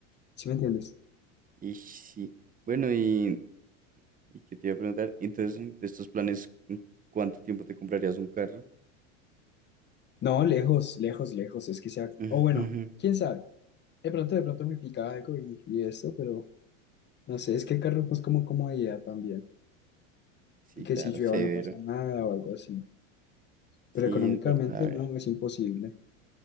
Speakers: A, on the left (about 25°); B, on the right (about 20°).
A: ¿Sí me entiendes?
B: Y sí, bueno, y, y qué te iba a preguntar, entonces, de estos planes, ¿en cuánto tiempo te comprarías un carro?
A: No, lejos, lejos, lejos. Es que sea.
B: Ujú,
A: O bueno,
B: <laughs>
A: quién sabe. De pronto, de pronto me pica algo y, y esto, pero no sé, es que el carro es más como comodidad también.
B: Sí,
A: y Que
B: claro,
A: si llueva
B: severo.
A: no pasa nada o algo así.
B: Sí,
A: Pero económicamente
B: es verdad, a ver.
A: no, es imposible.